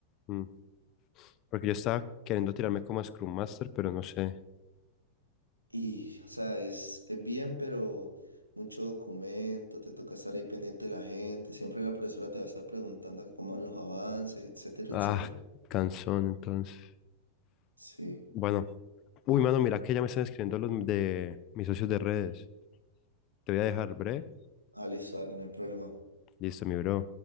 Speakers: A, on the left (about 35°); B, on the right (about 80°).
A: Mm. Porque yo estaba queriendo tirarme como a Scrum Master, pero no sé.
B: Y, o sea, es, es bien, pero mucho documento, te toca estar ahí pendiente de la gente. Siempre la profesora te va a estar preguntando cómo van los avances, etcétera,
A: Ah,
B: etcétera.
A: cansón, entonces.
B: Sí.
A: Bueno, Uy, mano, mira que ya me están escribiendo los de mis socios de redes. Te voy a dejar, bre.
B: Ah, listo, dale, no hay problema.
A: Listo, mi bro.